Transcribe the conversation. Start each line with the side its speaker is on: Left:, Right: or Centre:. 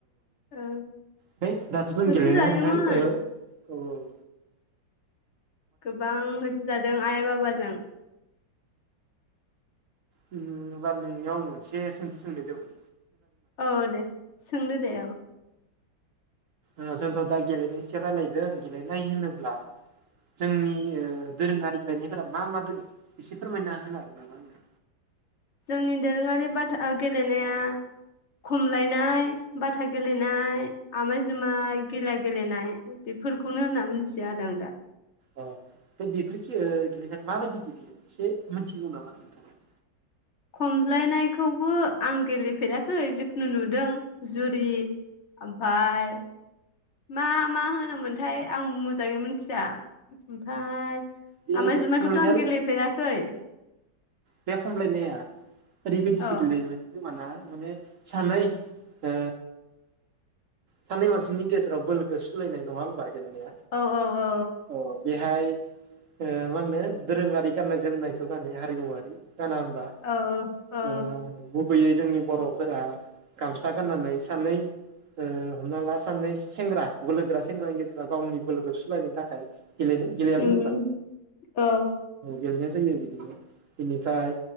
Left: ओ
Right: <unintelligible>
Left: होसो जायोमोन
Right: औ औ ओं।
Left: गोबां होसोजादों आइ बाबाजों।
Right: होमबा नोंनियाव आं मोनसे सोंथि सोंनो नागिरदोंमोन,
Left: औ दे सोंदो दे औ।
Right: ओ जोंथ' दा गेलेनायनि सायाव रायलायदों गेलेनाय होनोब्ला जोंनि ओ दोरोङारि गेलेनायफोरा मा मा दोङो एसे फोरमायना होनो हागोन नामा आंनो?
Left: जोंनि दोरोङारि बाथा गेलेनाया खमलायनाय बाथा गेलेनाय आमाय-जुमाय गिला गेलेनाय। बेफोरखौनो होनना मिथियो आरो आं दा।
Right: अ दा बेफोरखो ओ गेलेनायखौ माबायदि गेलेयो एसे मिथिगौ नामा नोंथाङा?
Left: खमज्लाय नाय खौबो आं गेलेफेराखै जिखुनु नुदों। जुरि ओम बार मा मा होनोमोन थाय आं मोजाङै मिथिया। ओमफाय
Right: बे
Left: आमाइ
Right: गे
Left: जुमाइखौथ'
Right: खमलायनाय
Left: आं
Right: आरो
Left: गेलेफेराखै।
Right: बे कमलायनाया ओरैबायदि
Left: औ
Right: गेलेयोमोन खोमाना माने सानै ओ सानै मानसिनि गेजेराव बोलोखौ सुलायनाय नङा होनबा? गेलेनाया
Left: औ औ औ
Right: अ बेहाय ओ मा होनो दोरोङारि गाननाय जोमनायखौ हारिमुवारि गाना होमबा
Left: औ औ
Right: ओ गुबैयै जोंनि बर'फोरा गामसा गाननानै सानै ओ हमना ला सानै सेंग्रा बोलो गोरा सेंग्रानि गेजेराव गावनि बोलो सुलायनो थाखाय गेलेनो गेलेयामोन
Left: उम
Right: होनबा?
Left: औ
Right: गेलेनाय जोंनि <unintelligible> बिनिफ्राय